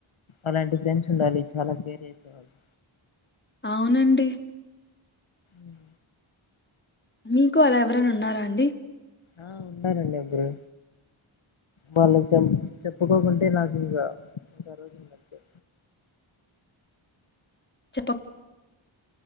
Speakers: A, on the left; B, on the left.
A: అలాంటి ఫ్రెండ్స్ ఉండాలి చాలా కేర్ జేసేవాళ్ళు
B: అవునండి
A: ఉమ్
B: మీకు అలా ఎవరైనా ఉన్నారా అండి
A: ఆ ఉన్నారండి ఇద్దరు వాళ్ళక్ చెం చెప్పుకోకుంటే నాకు ఇంకా ఇంకా ఆ రోజు ఇంకంతే
B: చెప్పక్